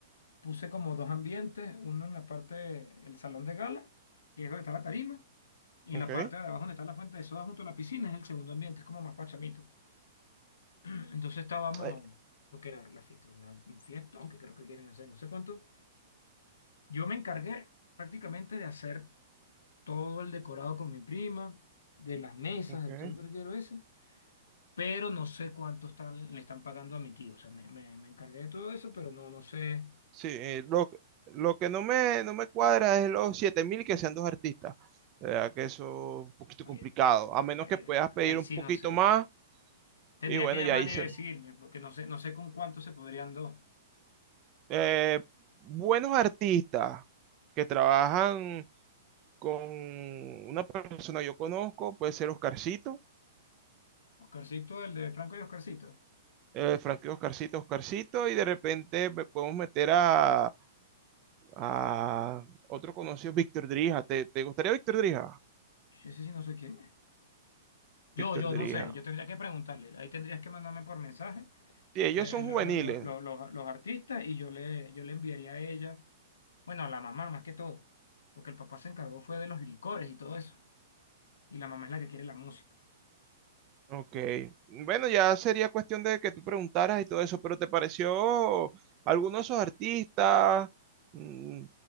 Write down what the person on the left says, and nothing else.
Puse como dos ambientes, uno en la parte, el salón de gala, que es donde está la tarima, y en
la parte de abajo donde está la fuente de soda junto a la piscina es el segundo ambiente, es como más pachamito. <clears throat> Entonces estábamos,
lo que era la fiesta, una, un fiestón que creo que quieren hacer, no sé cuánto. Yo me encargué prácticamente de hacer todo el decorado con mi prima, de las mesas,
de todo el verguero ese. pero no sé cuánto están, le están pagando a mi tío. O sea, me, me, me encargué de todo eso, pero no, no sé.
Ahí,
ahí-
ahí sí,
no sé.
Tendría
que llamarle
y decirle, porque no sé, no sé con cuánto se podrían dos.
Oscarcito, el de Franco y Oscarcito.
Yo ese sí no sé quién es. Yo,
yo,
no sé. Yo tendría que preguntarle. Ahí tendrías que mandarme por mensaje
eh,
lo-
lo- lo- lo- lo- los artistas y yo le, yo le enviaría a ella. Bueno, a la mamá más que todo. Porque el papá se encargó fue de los licores y todo eso. Y la mamá es la que quiere la música.